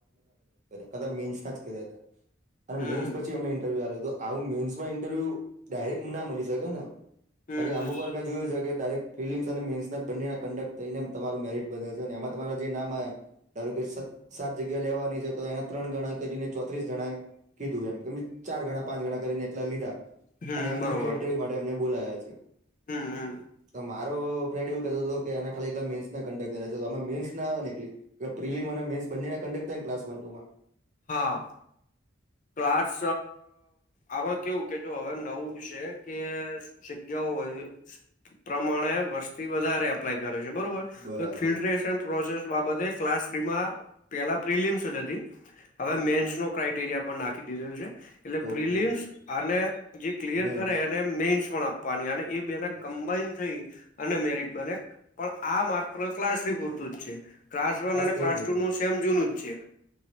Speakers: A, on the right (about 40°); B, on the left (about 40°).
A: કાચ મેસ ના જ કર્યા હતા. અને
B: હમ
A: મેઈન્સ પછી અમને ઇન્ટરવ્યુ તો આવું મેન્સમાં ઇન્ટરવ્યુ ડાયરેક્ટ ના મળી શકેના.
B: હમ
A: હવે
B: હમ
A: અમુક વાર મેં જોયું છે કે ડાયરેક્ટ ફિલમ્સ અને મેન્સના જ બંને કંડક્ટ થઈને તમાર મેરિટ બન્યા છે અને એમાં તમારા જે નામ આવ્ ધારો કે સાત જગ્યા લેવાની છે તો એના ત્રણ ગણા કરીને ચોત્રીસ જણા કીધું એમ કે ચાર ગણા પાંચ ગણા કરીને એટલા લીધા
B: હમ
A: અને એમનું
B: બરોબર
A: ઇન્ટરવ્યુ માટેમને બોલાયા છે.
B: હમ હમ
A: તમા રો ફ્રેન્ડ એવું કતો હતો કે એના ખાલી એકલા મેંન્સ ના કંડક ગેલા તો અમાં મેંન્સ ના. <unintelligible> પ્રિલીમ અને મેસંને કંડક થાય ને કલાસ વન ટુમાં.
B: હા. ક્લાસ આમાં કેવું કે જો હવે નવું છે કે જગ્યાઓ હોય પ્રમાણે વર્ષથી વધારે એપ્લાય કરે છે બરોબર.
A: બરાબર
B: ફ્ટેશન પ્રોસેસ બાબતે ક્લાસ થ્રીમાં પેલા પ્રિલિમ્સ જ હતી. હવે મેન્સ નો ક્રઇટેરિયા પણ નાખી દીધેલુ છે. એટલે
A: ઓકે
B: પ્રિલિમ્સ અને જે ક્લિયર
A: મેન્સ
B: કરે એને મેઈન્સ પણ આપ પાની અને એ બેને
A: અચ્છા
B: કમ્બાઇન થઈ અને મેરિટ બને પણ આ માત્ર ક્લાસ પૂરતું જ છે ક્લાસ વન અને
A: થ્રી
B: ક્લાસ
A: પૂરતું
B: ટુ નું તેમ જૂન છે.